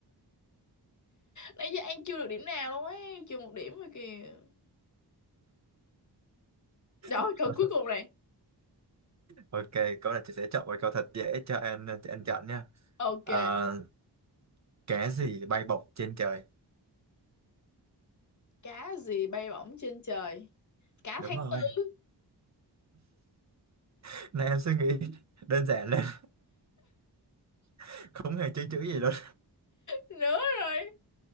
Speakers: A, on the left; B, on the right.
A: Nãy giờ An chưa được điểm nào luôn ấy, chưa một điểm rồi kìa. Đó,
B: <laughs>
A: câu cuối cùng này.
B: ok câu này chị sẽ chọn một câu thật dễ cho anh cho anh chọn nha
A: Ok,
B: à, cái gì bay bổng trên trời
A: cá gì bay bổng trên trời? Cá
B: đúng
A: tháng
B: rồi
A: tư
B: <laughs> này em suy nghĩ đơn giản lên <laughs> không hề chơi chữ gì luôn
A: nữa rồi.